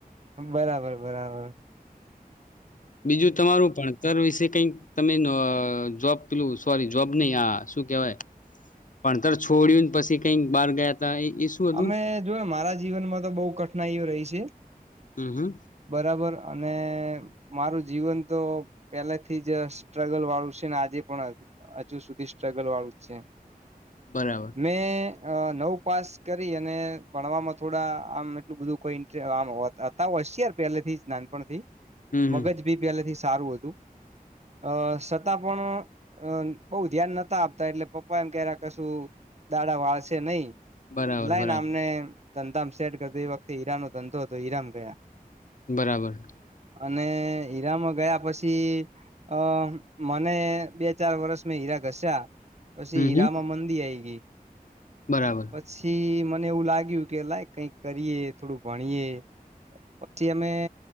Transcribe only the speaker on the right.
બરાબર બરાબર
અમે જોને મારા જીવનમાં તો બહુ કઠિનાઈઓ રહી છે
બરાબર અને મારું જીવન તો પેલા થી જ સ્ટ્રગલ વાળું છે ને આજે પણ હજુ સ્ટ્રગલ વાળું છે
મે નવ પાસ કરી અને ભણવામાં થોડા આમ એટલું બધું કોઈ ઇન્ટમ હતા હશયાર પહેલેથી જ ના પણ થી
મબજ
બી પેહલેથી સારું હતું અ પણ બહુ ધ્યાન નતા આપતા એટલે પપ્પા એમ કે કશું દાડા વાળશે નહી
લઈને
અમને ધંધામા સેટ કરતી વખતે ઈરા નો ધંધો હતો ઈરામ ગયા
અને હીરામાં ગયા પછી અ મને બે ચાર વર્ષ મેં હીરા ઘસ્યા પછી
હીરામા
મંદી આઈ ગઈ
પછી મને એવું લાગ્યું કે લાય કઈક કરીએ થોડું ભણીએ પછી અમે